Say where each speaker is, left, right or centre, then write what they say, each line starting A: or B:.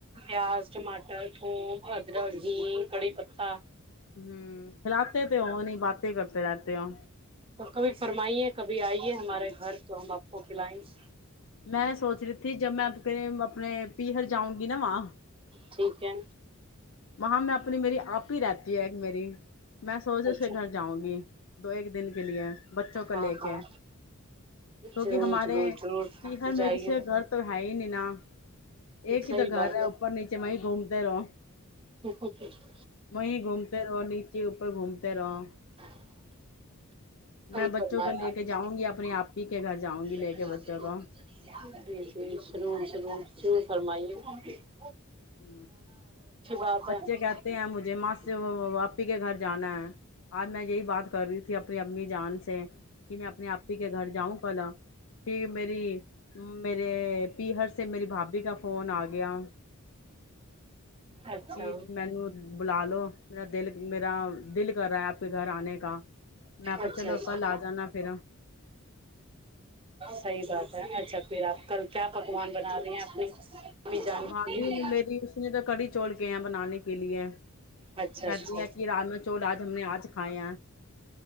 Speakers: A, on the right; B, on the left.
A: پیاز ٹماٹر تھوم ادرک گھی کڑھی پتا
B: ہمم کھلاتے تو ہو نہیں باتیں کرتے رہتے تے ہو
A: تو کبھی فرمائیے کبھی آئیے ہمارے گھر تو ہم آپ کو کھلائیں گے،
B: میں سوچ رہی تھی جب میں اپنے پی ہر جاؤں گی نا وہاں
A: ٹھیک ہے
B: وہاں میں اپنی میری آپی رہتی ہے میری میں سوچ رہی اس
A: اچھا
B: کے گھر جاؤں گی دو ایک دن دن کے لیے بچوں کو
A: ہاں
B: لے
A: ہاں
B: کے کیونکہ
A: ضرور
B: ہمارے
A: ضرور ضرور
B: پیہر میں
A: جائیے
B: کسی کا گھر تو ہے ہی نہیں نا ایک ہی
A: صحیح
B: تو گھر
A: بات
B: ہے اوپر نیچے وہیں گھومتے رہو
A: ہے صحیح
B: وہیں گھومتے رہو نیچے اوپر گھومتے تیرہ <unintelligible>
A: فرم جی جرور
B: میں بچوں کو لے کے جاؤں
A: سرور
B: گی اپنے آپی کے
A: ش
B: گھر جاؤں گی لے کے بچوں
A: فرم۔۔
B: کو
A: <unintelligible> <inaudible> گ
B: ہ
A: بات
B: بچے
A: ہے
B: کہتے ہیں مجھے ماں باپی کے گھر جانا ہے آج میں یہی بات کر رہی ت اپنی امی جان سے کہ میں اپنے آپی کے گھر جاؤں کل پ میری میرے پی ہر سے میری بھابھی کا فون آ گیا
A: اچھا
B: کہ منو بلا لو میرا دل میرا دل <unintelligible> کر رہا ہے آپ کے گھر آنے کا میں کہ
A: اچھا
B: چلو
A: اچھا
B: کل آ
A: ہ
B: جانا پھر
A: صحیح بات ہے اچھا پھر آپ کل کیا پکوان بنا رہے ہیں اپنی بھی جان
B: بھابھی
A: کے لیے
B: نے میری اسی نے تو کڑی چوول بنانے کے لیے
A: اچھا
B: کہتی
A: اچھا
B: ہیں کہ راما چول آج ہم نے آج کھائے